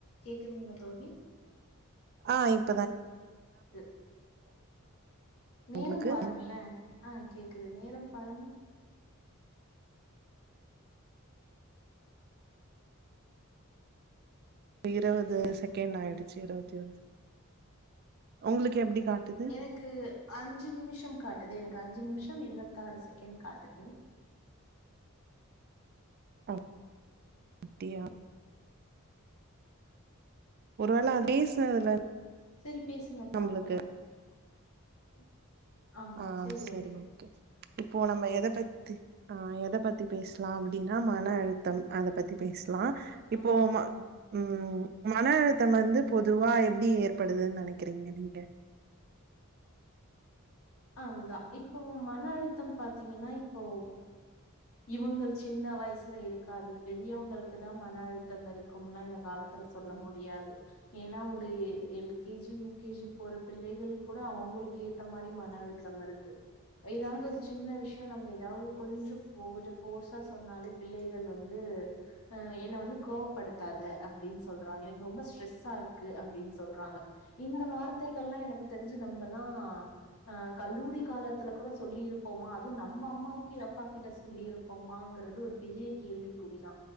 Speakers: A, on the left (about 80°); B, on the right (about 45°).
A: கேக்குதுங்களா தோழி
B: ஆ இப்
A: ஆ கேக்குது நேரம்
B: உங்களுக்கு
A: பாருங்களே ஆ கேக்குது நேரம் பாருங்க
B: இருவது செகண்ட் ஆயிடுச்சி இருவத்தி ஒரு உங்களுக்கு எப்டி காட்டுது
A: எனக்கு அஞ்சி நிமிஷம் காட்டுது எனக்கு அஞ்சு நிம்ஷம் இருவத்தாறு செகேண்ட் காட்டுது
B: அ அத்தியா ஒருவேல பேசுனதுல
A: சரி பேசுங்க பாப்போ
B: நம்மளுக்கு
A: ஹ ஆமா
B: ஆ
A: சேரி
B: செரி
A: ஓகே
B: இப்போ நம்ம எத பத்தி ஆஹ் எத பத்தி பேஸ்லா அப்டினா னா மன அழுத்தம் அத பத்தி பேஸ்லா இப்போ
A: ம்
B: ம
A: ம்
B: ம் மன அழுத்தம் வந்து பொதுவா எப்டி ஏற்படுதுன்னு நெனைக்கிறீங்க நீங்க
A: அதுதா இப்போ மன அழுத்தம் பாத்தீங்கன்னா இப்போ இவங்கள் சின்ன வயசுல இருக் காது பெரியவுங்களுக்கு தா மன அழுத்தம் இருக்கும்லா இந்த காலத்துல சொல்ல முடியாது ஏன்னா ஒரு எ L K G U K G போற பிள்ளைகள் கூட அவுங்களுக்கேத்த மாரி மன் ன அழுத்தம் இருக்கு ஏதாவது ஒரு சின்ன விஷ்யோ நம்ம ஏதாவது கொஞ்சொ ஃபோ கொஞ்சொ ஃபோர்ஸா சொன்னாலே பிள்ளைகள் வந்து அஹ் என்ன வந்து கோவப்படுத்தாத அப்டின்னு சொல்றாங்க எனக்கு ரொம்ப ஸ்ட்ரெஸ்ஸா இருக்கு அப்டின்னு சொல்றாங்க இந்த வார்த்தைகள்லா எனக்கு தெரிஞ்சு நம்மல்லா அஹ் கல்லூரி காலத்துல கூட சொல்லீருப்போமா அதுவு நம்ம அம்மாவுக்கு அப்பா கிட்ட சொல்லிருப்போமாங்குறது ஒரு பெரிய கேள்விக்குறிதா